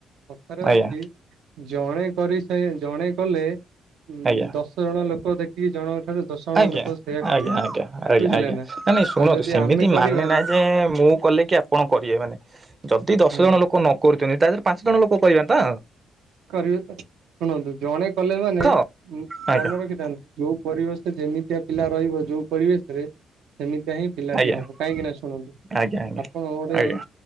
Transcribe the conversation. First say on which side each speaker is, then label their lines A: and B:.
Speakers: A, on the right; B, on the right.
A: କଥାରେ
B: ଆଜ୍ଞା
A: ଅଛି ଜଣେ କରିସାରେ ଜଣେ କଲେ? ହୁଁ
B: ଆଜ୍ଞା
A: ଦଶ ଜଣ ଲୋକ ଦେଖିକି ଜଣଙ୍କ ଠାରୁ ଦଶ ଜଣ
B: ଆଜ୍ଞା
A: ଲୋକ ସେଇୟା
B: ଆଜ୍ଞା
A: କରିବେ
B: ଆଜ୍ଞା ଆଜ୍ଞା ଆଜ୍ଞା
A: ବୁଝିଲେ
B: ଆଜ୍ଞା।
A: ନା।
B: ନାଇଁ ନାଇଁ ଶୁଣନ୍ତୁ
A: ଆଉ ଯଦି
B: ସେମିତି
A: ଆମେ କରିବାନି
B: ମାନେ ନାଇଁ ଯେ ମୁଁ କଲେ କି ଆପଣ କହିବେ ମାନେ ଯଦି ଦଶ
A: ହୁଁ
B: ଜଣ ଲୋକ ନ କରୁଛନ୍ତି ତା ଦେହରେ ପାଞ୍ଚ ଜଣ ଲୋକ କହିବେ ତ।
A: କରିବେ ତ ଶୁଣନ୍ତୁ ଜଣେ କଲେ ମାନେ
B: ତ
A: ମଁ
B: ଆଜ୍ଞା
A: ମନ ରଖିଥାନ୍ତୁ। ଯୋଉଁ ପରିବେଶ ଯେମିତିଆ ପିଲା ରହିବ ଯୋଉଁ ପରିବେଶରେ ସେମିତିଆ ହିଁ ପିଲାଟି
B: ଆଜ୍ଞା
A: ହବ କାହିଁକି ନାଁ ଶୁଣନ୍ତୁ
B: ଆଜ୍ଞା ଆଜ୍ଞା
A: ଆପଣ ଗୋଟେ
B: ଆଜ୍ଞା